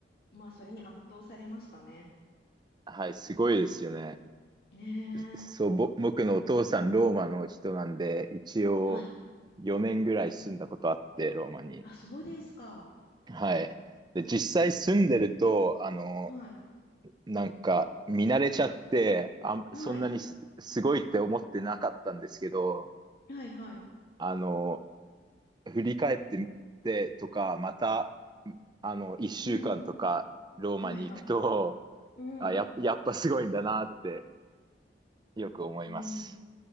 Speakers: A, on the left; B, on the right.
A: まあそれに圧倒されましたね。
B: はい、すごいですよね。
A: ね
B: そう、
A: え。
B: ぼ、僕のお父さん、ローマの人なんで、一応4年ぐらい住んだことあって、
A: はい。
B: ローマに。
A: あ、そうですか。
B: はい。で、実際住んでると、あの、
A: はい。
B: なんか見慣れちゃって、あ、
A: はい。
B: そんなにす、すごいって思ってなかったんですけど、
A: はい、はい。
B: あの、振り返ってみてとか、また、あの、一週間とかローマに行くと、
A: うん。はい、はい。うん。
B: あ、や、やっぱすごいんだなってよく思います。
A: うん。